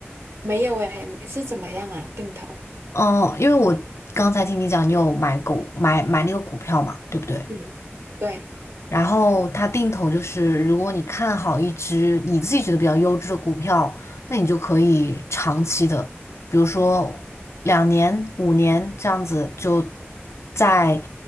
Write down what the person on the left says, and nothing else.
哦，因为我刚才听你讲，你有买股买买那个股票嘛，对不对？
然后它定投就是，如果你看好一只你自己觉得比较优质的股票，那你就可以长期的，比如说两年、五年这样子，就在